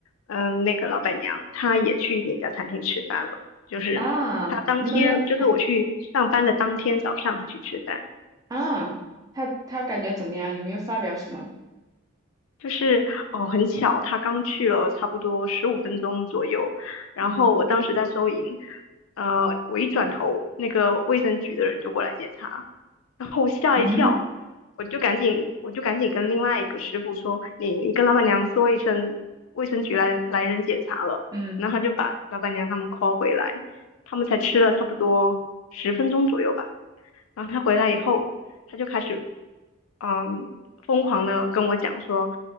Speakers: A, on the left; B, on the right.
A: 嗯，那个老板娘她也去那家餐厅吃饭了，就是她当天，
B: 啊，你们了
A: 就是我去上班的当天早上她去吃饭。
B: 啊，他他感觉怎么样？有没有发表什么？
A: 就是哦，呃很巧，他刚去了差不多十五分钟左右，然后我当时在收银，
B: 嗯
A: 呃，我一转头，那个卫生局的人就过来检查，然后我吓一跳，
B: 嗯
A: 我就赶紧我就赶紧跟另外一个师傅说，你你跟老板娘说一声，卫生局来来人检查了，
B: 嗯，
A: 然后他就把老板娘他们 call 回来，他们才吃了差不多十分钟左右吧。然后他回来以后，他就开始，嗯，疯狂的跟我讲说，